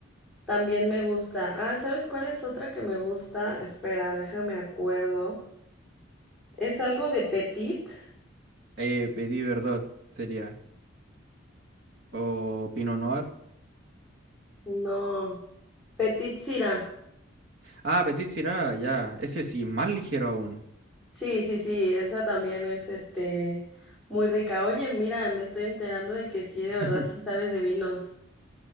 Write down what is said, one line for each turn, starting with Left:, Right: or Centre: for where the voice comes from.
Centre: también me gusta. Ah, ¿sabes cuál es otra que me gusta? Espera, déjame acuerdo. Es algo de Petit.
Right: Eh, Petit Verdot sería. O Pinot Noir.
Centre: No, Petit Sira.
Right: Ah, Petit Syrah, ya. Ese sí, más ligero aún.
Centre: Sí, sí, sí, esa también es este muy rica. Oye, mira, me estoy enterando de que sí, de
Right: <laughs>
Centre: verdad, sí sabes de vinos.